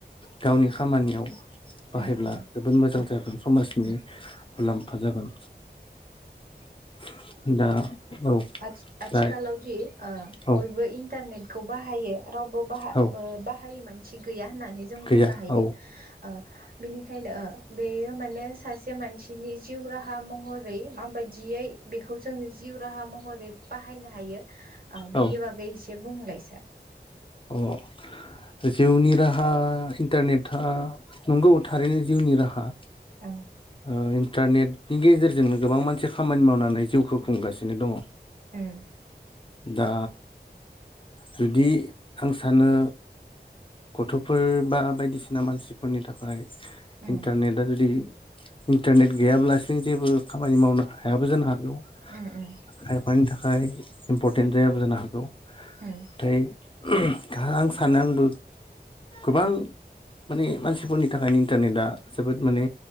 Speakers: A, on the left (about 30°); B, on the right (about 55°).
A: गावनि खामानियाव बाहायब्ला
B: उम उम
A: जोबोद मोजां
B: उम
A: जागोन समाज नि
B: उम
A: मुलाम्फा जागोन <inaudible> दा औ
B: आ-आथिखालावदि
A: दा
B: ओ
A: औ
B: बयबो इन्टारनेटखौ बाहायो रावबो बाहा
A: औ
B: बाहायै मानसि गैया होननानै जों
A: गैया
B: बुंनो हायो
A: औ
B: ओ बिनिखायनो ओ बेयो माने सासे मानसिनि जिउ राहा महरै माबायदियै बेखौ जोङो जिउ राहा मह महरै बाहायनो हायो बेनि
A: औ
B: बागै एसे बुंलाय सार
A: अह जिउनि राहा इन्टारनेटआ नंगौ थारैनो जिउनि राहा
B: औ
A: ओ इन्टारनेटनि गेजेरजोंनो गोबां मानसि खामानि मावनानै जिउखौ खुंगासिनो दङ।
B: हम
A: दा जुदि आं सानो गथ'फोर बा बायदिसिना मानसिफोरनि थाखाय
B: उम
A: इन्टारनेटआ जुदि इन्टारनेट गैयाब्लासिनो जेबो खामानि मावनो हायाबो जानो हागौ।
B: उम उम
A: खायफानि थाखाय इम्परटेन्ट जायाबो जानो हागौ नाथाय
B: उम
A: आं सानो आंबो गोबां माने मानसिफोरनि थाखायनो इन्टारनेटआ जोबोद माने